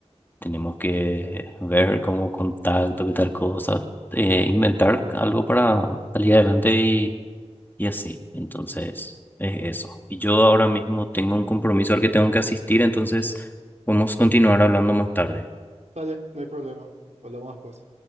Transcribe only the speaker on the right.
Dale, no hay problema. Hablamos después.